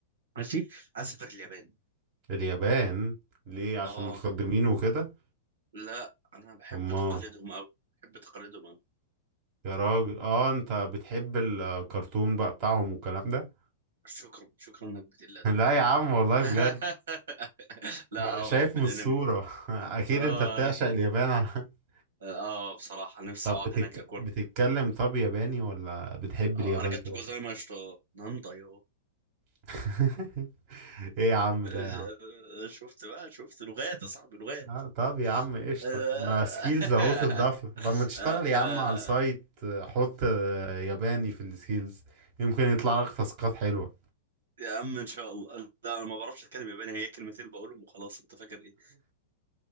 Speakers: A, on the right; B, on the right.
A: ماشي عايز اسافر اليابان
B: <laughs> اليابان ليه عشان
A: اه
B: متقدمين وكده
A: لا انا بحب
B: أمال
A: تقاليدهم قوي بحب تقاليدهم قوي
B: يا راجل اه انت بتحب الكرتون بقى بتاعهم والكلام ده
A: شكرا شكرا انك بتقل
B: <laughs>
A: ادبك
B: لا
A: كده.
B: يا عم والله
A: <laughs>
B: بجد
A: لا
B: ما انا
A: اه
B: شايف
A: بحب
B: من
A: الانمي
B: الصورة <laughs> اكيد
A: اه
B: انت بتعشق اليابان <laughs>
A: اه بصراحة نفسي
B: طب
A: اقعد
B: بتك...
A: هناك اكل
B: بتتكلم طب ياباني ولا بتحب
A: آه،
B: اليابان
A: ارجعت
B: كده
A: جوزايما اشتو ناندا يو
B: <laughs> ايه يا عم
A: <laughs>
B: ده يا عم
A: شفت بقى شفت لغات يا صاحبي لغات
B: آه طب يا عم قشطة
A: آه.
B: ما سكيلز اهو تضاف
A: <laughs>
B: لك طب ما تشتغل
A: آه،
B: يا
A: آه.
B: عم على السايت آه، حط آه، ياباني في السكيلز يمكن يطلع لك تاسكات حلوة
A: يا عم ان شاء الله لا انا ما بعرفش اتكلم ياباني هي كلمتين بقولهم وخلاص انت فاكر ايه